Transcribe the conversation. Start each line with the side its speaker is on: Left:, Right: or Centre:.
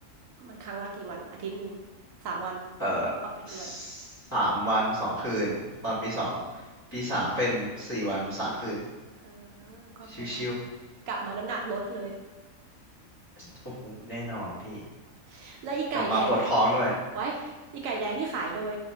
Right: มันครั้งละกี่วันอาทิตย์หนึ่งสามวัน
Left: เออ
Right: เข้าไปกี่วัน
Left: สามวันสองคืนตอนปีสองปีสามเป็นสี่วันสามคืน
Right: เออก็ไม่เท่าไหร่
Left: ชิว
Right: กลับมาน้ำหนักลดเลย
Left: ๆโอ้โหแน่นอนพี่
Right: <laughs> และอีไก่แดงนี่
Left: กลับมาปวดท้องด้วย
Right: ไว้อีไก่แดงนี่ขายโดย